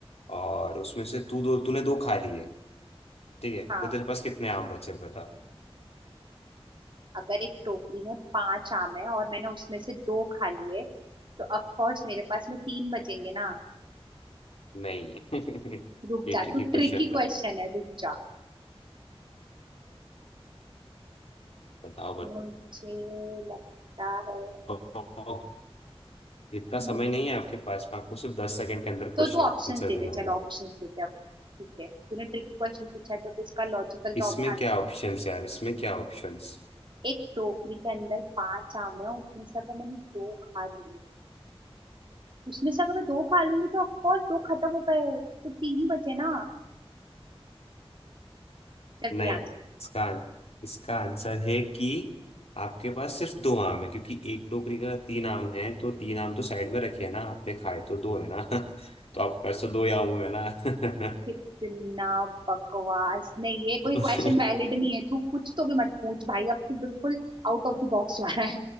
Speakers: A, on the left; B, on the right.
A: और उसमें से तू दो तूने दो खा लिए ठीक है तो
B: हाँ
A: तेरे पास कितने आम बचे बता
B: अगर एक टोकरी में पांच आम है और मैंने उसमें से दो खा लिए तो ऑफ कोर्स मेरे पास में तीन बचेंगे ना
A: नहीं <laughs>
B: रुक
A: ये
B: जा
A: ट्रिकी
B: तू
A: क्वेश्चन
B: ट्रिकी
A: था
B: क्वेश्चन है रुक जा
A: बताओ
B: मुझे लगता है
A: बताओ इतना समय
B: मु-
A: नहीं है आपके पास में आपको सिर्फ दस सेकंड के अंदर क्वेश्चन
B: तो तू ऑप्शंस
A: आंसर
B: दे
A: देना
B: दे
A: होगा
B: चलो ऑप्शंस दे दे अब ठीक है तूने ट्रिकी क्वेश्चन पूछा है, तो तो इसका लॉजिकल
A: इसमें
B: आंसर
A: क्या ऑप्शंस है यार इसमें क्या ऑप्शंस
B: एक टोकरी के अंदर पांच आम है उसमें से अगर मैंने दो खा लिए उसमें से अगर मैं दो खा लूंगी तो ऑफकोर्स दो खत्म हो गए तो तीन बचे ना चल
A: नहीं
B: तू आंसर
A: इसका इसका आंसर है कि आपके पास सिर्फ दो आम है क्योंकि एक टोकरी का तीन आम है तो तीन आम तो साइड में रखे हैं ना आपने खाए तो दो है ना <laughs> तो आपके पास तो दो ही आम हुए ना
B: कितना बकवास नहीं ये कोई
A: <laughs>
B: क्वेश्चन वैलिड नहीं है तू कुछ तो भी मत पूछ भाई अब तू बिल्कुल आउट ऑफ द बॉक्स जा रहा है